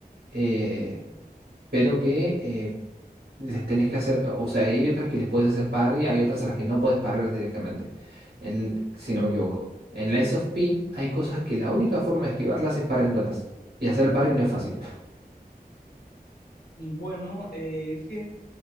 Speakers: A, on the right; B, on the left.
A: eh, pero que eh, les tenés que hacer, o sea, hay otras que les puedes hacer parry, hay otras a las que no puedes parrear directamente, en- si no me equivoco. En la of P hay cosas que la única forma de esquivarlas es parriándolas. Y hacer el parry no es fácil.
B: Bueno, eh, es que